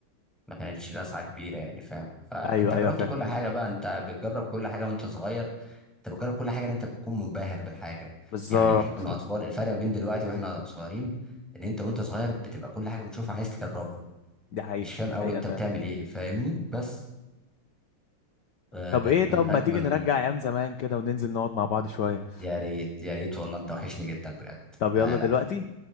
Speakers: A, in the centre; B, on the left.
A: ما كانتش لسعة كبيرة يعني فاهم فانت
B: <laughs> ايوه
A: جربت
B: ايوه فاهم
A: كل حاجة بقى انت بتجرب كل حاجة وانت صغير انت بتجرب كل حاجه ان انت بتكون منبهر بالحاجه
B: بالظبط
A: يعني احنا كنا اطفال الفرق ما بين دلوقتي واحنا صغيرين ان انت وانت صغير بتبقى كل حاجه بتشوفها عايز تجربها
B: دي حقيقة
A: مش فاهم
B: دي
A: أوي
B: حقيقة
A: أنت
B: فاهم
A: بتعمل إيه فاهمني بس فكانت
B: طب ايه طب
A: من
B: ما
A: أجمل
B: تيجي نرجع ايام زمان كده وننزل نقعد مع بعض شوية
A: يا ريت يا ريت والله أنت وحشني جدا بجد
B: طب
A: تعالى
B: يلا دلوقتي
A: يا عم.